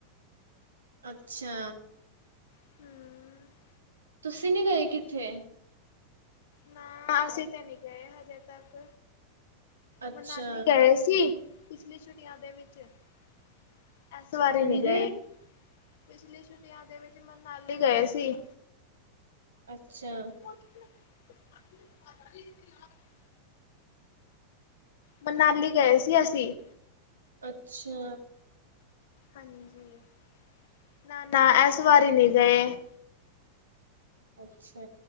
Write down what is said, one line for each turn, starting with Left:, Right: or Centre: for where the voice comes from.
Right: ਅਛਾ।
Left: ਹੂੰ।
Right: ਤੁਸੀ ਨੀ ਗਏ ਕਿੱਥੇ?
Left: ਨਾ, ਅਸੀ ਤੇ ਨਹੀ ਗਏ ਹਜੇ ਤੱਕ,
Right: ਅੱਛਾ
Left: ਮਨਾਲੀ ਗਏ ਤੁਸੀ, ਪਿਛਲੀ ਛੁੱਟੀਆਂ ਦੇ ਵਿਚ ਇਸ ਵਾਰੀ
Right: ਹਾਂਜੀ
Left: ਨੀ ਗਏ‌। ਪਿਛਲੀ ਛੁੱਟੀਆਂ ਦੇ ਵਿੱਚ ਮਨਾਲੀ ਗਏ ਸੀ।
Right: ਅੱਛਾ।
Left: <inaudible> ਮਨਾਲੀ ਗਏ ਸੀ, ਅਸੀ।
Right: ਅਛਾ।
Left: ਹਾਂਜੀ, ਨਾ-ਨਾ ਐਸ ਵਾਰੀ ਨਹੀ ਗਏ।
Right: ਅਛਾ,